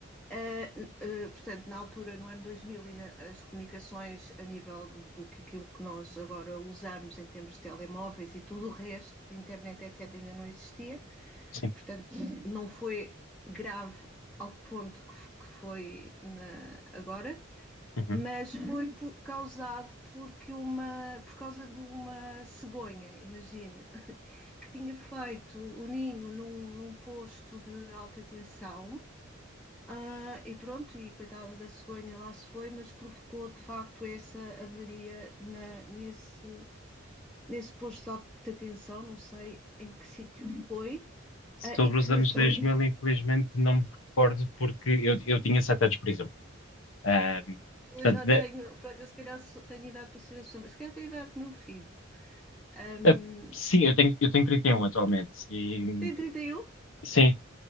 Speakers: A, in the centre; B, on the left (about 75°).
A: Uh, uh, portanto, na altura, no ano 2000, ainda as comunicações a nível do que aquilo que nós agora usamos em termos de telemóveis e tudo o resto de internet, etc., ainda não existia.
B: Sim.
A: Portanto, não foi grave ao ponto que, que foi na, agora,
B: Uhum.
A: mas foi por, causado porque uma, por causa de uma cegonha, imagina, que tinha feito o ninho num, num posto de alta tensão ah, e pronto, e coitada da cegonha lá se foi, mas provocou de facto essa avaria na- nesse, nesse posto de alta tensão, não sei em que sítio foi, ah,
B: Sobre
A: e que
B: os anos
A: pronto,
B: 2000, infelizmente não me recordo porque eu, eu tinha 7 anos, por exemplo. Ah,
A: eu
B: portanto,
A: já
B: da-
A: tenho, pronto, eu se calhar tenho idade para ser a sua, mas se calhar tenho idade do meu filho. Ahm,
B: a- sim, eu tenho, eu tenho 31 atualmente e
A: tem trinta e um
B: sim,